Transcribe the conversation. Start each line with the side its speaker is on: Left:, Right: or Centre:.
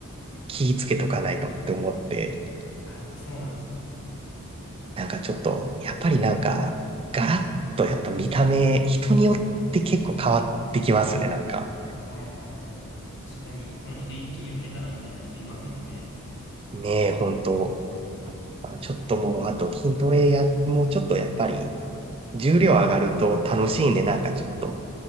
Right: 気ぃつけとかないとって思って、
Left: あ、やっぱそうなんですか。
Right: なんかちょっと、やっぱりなんか、ガラッとやっぱ見た目、人によって結構変わってきますね、なんか。
Left: はいはいはい。確かに、この人一気に老けたなみたいな人いますもんね。
Right: ねえ、本当あちょっともう、あと筋トレや、もうちょっとやっぱり、重量上がると楽しいんで、なんかちょっと、